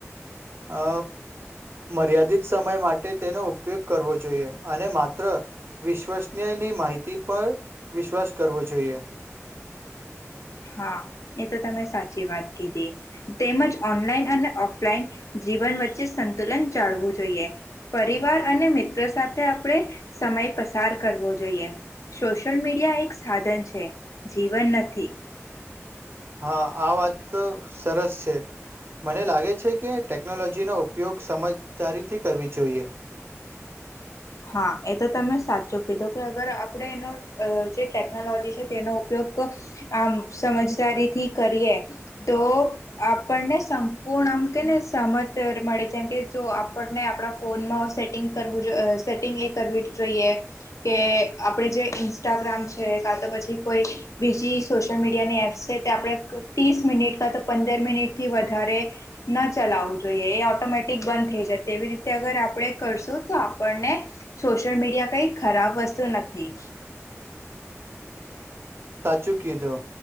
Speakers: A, on the right; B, on the left.
A: અ મર્યાદિત સમય માટે તેનો ઉપયોગ કરવો જોઈએ, અને માત્ર વિશ્વસનીયની માહિતી પર વિશ્વાસ કરવો જોઈએ.
B: હા, એ તો તમે સાચી વાત કીધી તેમજ ઓનલાઈન અને ઓફલાઈન જીવન વચ્ચે સંતુલન જાળવું જોઈએ, પરિવાર અને મિત્રો સાથે આપણે સમય પસાર કરવો જોઈએ, સોશિયલ મીડિયા એક સાધન છે જીવન નથી.
A: હા, આ વાત તો સરસ છે મને લાગે છે કે ટેકનોલોજીનોો ઉપયોગ સમજદારી થી કરવી જોઈએ.
B: હા, એ તો તમે સાચું કીધું કે અગર આપણે એનો અ જે ટેકનોલોજી છે, તેનો ઉપયોગ આમ સમજદારીથી કરીએ તો આપણને સંપૂર્ણ આમ કે ને સમત મળે છેમ કે જો આપણને આપણા ફોનમાં સેટિંગ કરવું અ સેટિંગ એ કરવી જોઈએ, કે આપણે જે ઇન્સ્ટાગ્રામ છે કા તો પછી કોઈ બીજી સોશિયલ મીડિયાની એપ્સ છે તે આપણે ત્રીસ મિનિટ કા તો પંદર મિનિટથી વધારે ન ચલાવવું જોઈએ, એ ઓટોમેટિક બંધ થઈ જાય તેવી રીતે અગર આપણે કરશું, તો આપણને સોશિયલ મીડિયા કઈ ખરાબ વસ્તુ નથી.
A: ચૂકીધો